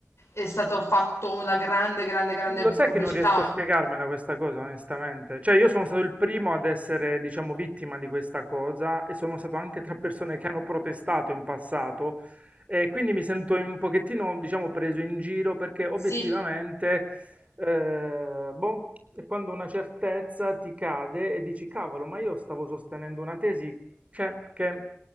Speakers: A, on the left (about 70°); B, on the right (about 30°).
A: è stato fatto una grande, grande, grande
B: Lo sai
A: pubblicità.
B: che non riesco a spiegarmela questa cosa, onestamente. Cioè, io sono stato il primo ad essere, diciamo, vittima di questa cosa e sono stato anche tra persone che hanno protestato in passato e quindi mi sento un pochettino, diciamo, preso in giro perché obiettivamente,
A: Sì,
B: eh, boh, è quando una certezza ti cade e dici, cavolo, ma io stavo sostenendo una tesi, cioè, che